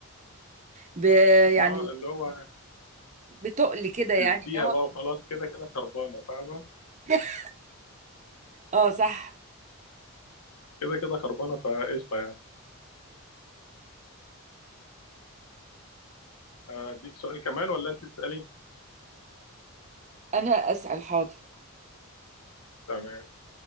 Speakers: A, on the right; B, on the left.
A: ب يعني
B: اه اللي هو
A: بتقل كده يعني
B: اديها
A: ان هو
B: بقى وخلاص كده كده خربانة فاهمة؟
A: <laughs> اه صح
B: كده كده خربانة فقشطة يعني آه، أديك سؤال كمان ولا أنت تسألي؟
A: انا اسال حاضر
B: تمام